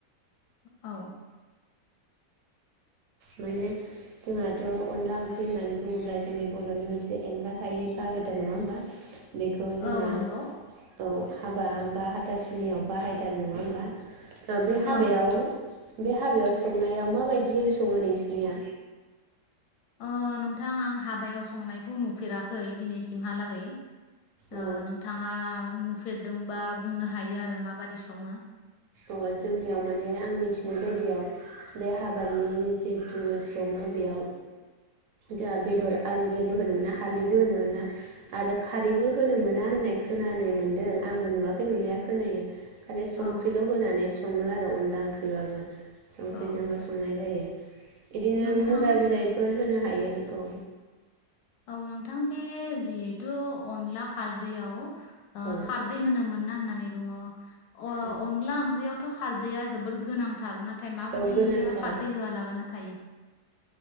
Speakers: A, on the left; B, on the right.
A: औ
B: माने जोंहाथ अनला ओंख्रि होननानै बुङोब्ला जोंनि बरनि मोनसे एंगार हायै बाहागोथार नङा होमबा बेखौ जोङा
A: औ नंगौ
B: औ हाबा बा हाथासुनियाव बाहायदारो नङा होमबा ओ बे हाबायाव
A: औ
B: बे हाबायाव संनायाव माबायदियै सं सङो नोंसोनिया
A: अ नोंथां आं हाबायाव संनायखौ नुफेराखै दिनैसिमहालागै ओ
B: औ
A: नोंथाङा नुफेरदोंबा बुंनो हा हायो आरो माबादि सङो
B: अ जोंनियाव माने आं मिथिनाय बायदियाव बे हाबानि जिहेतु सङो बेयाव जोंहा बेदर आरि जेबो होनो मोना हाल्दैबो होनो मोना आरो खारैबो होनो मोना होननाय खोनानो मोनदों आंबो नुवाखै नुनाया खोनायो खालि सं
A: औ
B: ख्रिल होनानै सङो आरो अनला ओं <unintelligible> संख्रिजोंनो
A: औ
B: संनाय जायो। बिदिनो
A: नोंथां
B: मुला बिलाइफोर होनो हायो औ
A: औ नोंथां बे जिहेथु अनला खारदैआव
B: औ
A: खारदै होनो मोना होननानै <unintelligible> अ
B: उम
A: अनला ओंख्रियाव थ खारदैआ जोबोर गोनांथार ना नाथाय माबायदि
B: औ गोनांथार
A: खारदै होआलाबानो थायो?